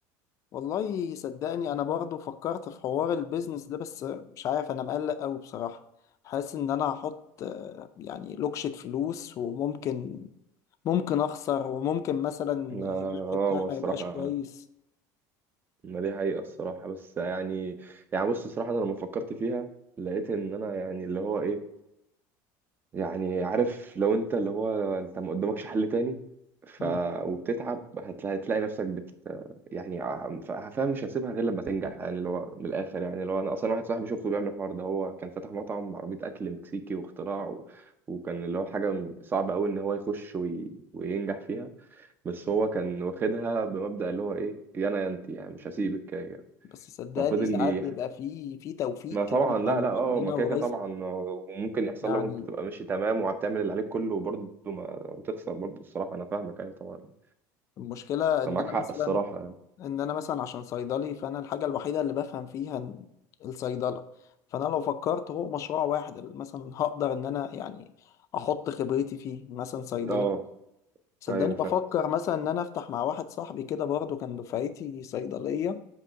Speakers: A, on the left; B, on the right.
A: والله صدقني انا برضو فكرت في حوار البيزنس ده بس مش عارف انا مقلق قوي بصراحة حاسس ان انا هحط آه، يعني لوكشة فلوس وممكن ممكن اخسر وممكن مثلا
B: ما-
A: الربح بتاعي
B: اه ما
A: ما
B: الصراحة
A: يبقاش كويس
B: ما دي حقيقة الصراحة بس يعني يعني بص الصراحة أنا لما فكرت فيها لقيت إن أنا يعني اللي هو إيه يعني عارف لو أنت اللي هو أنت ما قدامكش حل تاني ف
A: مم.
B: وبتتعب هتلاقي, هتلاقي نفسك بت يعني ع- ف- فاهم مش هتسيبها غير لما تنجح يعني اللي هو من الآخر يعني اللي هو أنا أصلا واحد صاحبي شفته بيعمل الحوار ده هو كان فاتح مطعم عربية أكل مكسيكي واختراع و... وكان اللي هو حاجة م- صعبة أوي إن هو يخش وي... وينجح فيها بس هو كان واخدها بمبدأ اللي هو إيه يا أنا يا أنت يعني مش هسيبك
A: بس صدقني
B: ففضل
A: ساعات
B: لي
A: بيبقى في في توفيق
B: ما طبعا
A: كده من
B: لا
A: عند
B: لا اه
A: ربنا
B: ما كده
A: ورزق
B: كده طبعا آه، وممكن يحصل
A: يعني
B: لو انت تبقى ماشي تمام وبتعمل اللي عليك كله وبرضه ما وتخسر برضه الصراحه انا فاهمك ايوه طبعا يعني.
A: المشكلة ان
B: فمعاك
A: انا
B: حق
A: مثلا
B: الصراحه يعني.
A: ان انا مثلا عشان صيدلي فانا الحاجه الوحيده اللي بفهم فيها إن- الصيدله فانا لو فكرت هو مشروع واحد اللي مثلا هقدر ان انا يعني احط خبرتي فيه مثلا صيدلي
B: اه
A: صدقني
B: ايوه
A: بفكر
B: فاهم
A: مثلا ان انا افتح مع واحد صاحبي كده برضه كان دفعتي صيدليه